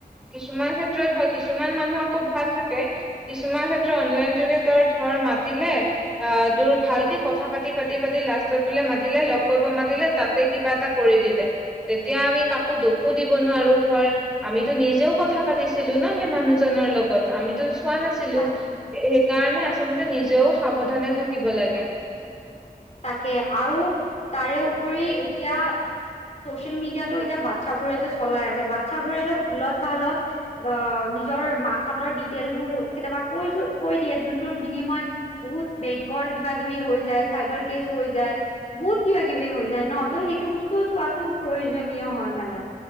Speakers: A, in the centre; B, on the left.
A: কিছুমান ক্ষেত্ৰত বা কিছুমান মানুহ আকৌ ভাল থাকে। কিছুমান ক্ষেত্ৰত অনলাইন যোগে তাৰ ধৰ মাতিলে অ' দোৰ ভালকে কথা পাতি পাতি পাতি লাষ্টত বোলে মাতিলে লগ কৰিব মাতিলে তাতে কিবা এটা কৰি দিলে, তেতিয়া আমি কাকো দুখো দিব নোৱাৰো ধৰ আমিতো নিজেও কথা পাতিছিলোঁ ন' সেই মানুহজনৰ লগত, আমিতো চোৱা নাছি লোঁ,
B: তাকে
A: সেইকাৰণে আচলতে নিজেও সাৱধানে থাকিব লাগে।
B: তাকে আৰু তাৰে উপৰি এতিয়া চচিয়েল মিডিয়াতো এতিয়া বাচ্ছাবোৰে যে চলাই আছে বাচ্ছাবোৰেতো ভুলত ভালত বা নিজৰ মাকহঁতৰ ডিটেইল বোৰ কেতিয়াবা কৈ থ কৈ দিয়ে যোনটোোৰ বিনিময়ত বহুত বেংকৰ কিবা কিবি হৈ যায় চাইবাৰ হৈ যায় বহুত কিবা কিবি হৈ যায় ন ত সেইটো বস্তু টো চোৱাতটো প্ৰয়োজনীয় হয় মানে।